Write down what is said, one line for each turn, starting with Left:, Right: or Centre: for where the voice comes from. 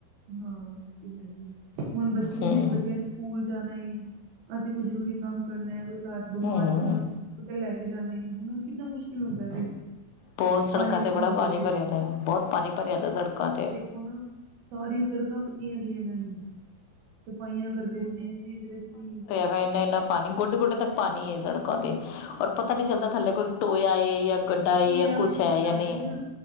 Right: ਹਾਂ ਇਹ ਤੇ ਹੈ ਹੀ ਐ, ਹੁਣ ਬੱਚੇ
Left: ਹੂੰ
Right: ਨੇ ਬੱਚਿਆਂ ਨੇ ਸਕੂਲ ਜਾਣਾ ਏ, ਅਸੀਂ ਕੋਈ ਜ਼ਰੂਰੀ ਕੰਮ ਕਰਨਾ ਏ, ਕੋਈ ਘਰ ਬਿਮਾਰ
Left: ਹੂੰ
Right: ਬੰਦਾ ਨੂੰ ਹੋਸਪਿਟਲ ਲੈ ਕੇ ਜਾਣਾ ਏ ਹਨਾ, ਕਿੰਨਾ ਮੁਸ਼ਕਿਲ ਹੁੰਦਾ ਫਿਰ
Left: ਬਹੁਤ ਸੜਕਾਂ
Right: ਪਾਣੀ ਇਕੱਠਾ
Left: ਤੇ ਬੜਾ
Right: ਹੋ ਜਾਏ
Left: ਪਾਣੀ
Right: ਤੇ
Left: ਭਰਿਆ ਦਾ, ਬਹੁਤ ਪਾਣੀ ਭਰਿਆ ਦਾ, ਸੜਕਾਂ ਤੇ
Right: ਹੁਣ ਸਾਰੀ ਸੜਕਾਂ ਪੱਟੀਆ ਦੀਆਂ ਇਹਨਾਂ ਨੇ ਸਫਾਈਆਂ ਕਰਦੇ ਪਏ ਨੇ, ਸੀਰੇ ਵੀ
Left: ਇੰਨਾ-ਇੰਨਾ ਪਾਣੀ ਗੋਡੇ-ਗੋਡੇ ਤੱਕ ਪਾਣੀ ਐ ਸੜਕਾਂ ਤੇ ਔਰ ਪਤਾ ਨੀ
Right: ਹਾਂ
Left: ਚੱਲਦਾ ਥੱਲੇ ਕੋਈ ਟੋਇਆ ਏ ਜਾਂ ਗੱਡਾ ਏ
Right: ਟੋਇਆ
Left: ਜਾਂ ਕੁਛ
Right: ਉਹੀ
Left: ਹੈ
Right: ਦੱਸ
Left: ਜਾਂ ਨਹੀਂ
Right: ਰਹੀ ਆ,